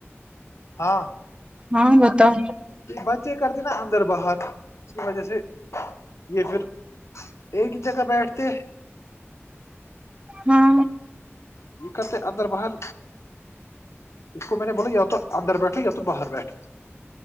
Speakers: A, on the left; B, on the right.
A: ہاں
B: ہاں بتاؤ
A: بچے کرتے نا اندر باہر اس کی وجہ سے یہ پھر ایک جگہ بیٹھتے
B: ہاں
A: یہ کرتے اندر بہار اس کو میں نے بولا یا تو اندر بیٹھا یا تو باہر بیٹھا